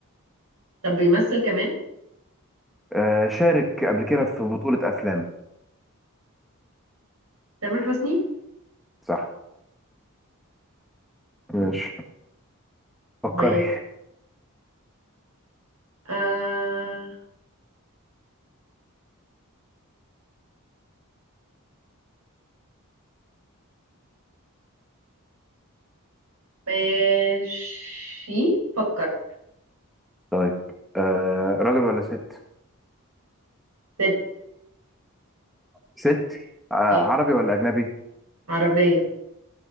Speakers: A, on the right (about 85°); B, in the centre.
A: طب بيمثل كمان
B: آه شارك قبل كده في بطولة أفلام
A: تامر حسني
B: صح ماشي فكري
A: ب... آه... ماشي فكر
B: طيب آه راجل ولا ست
A: ست
B: ست آه عربي
A: اه
B: ولا أجنبي
A: عربية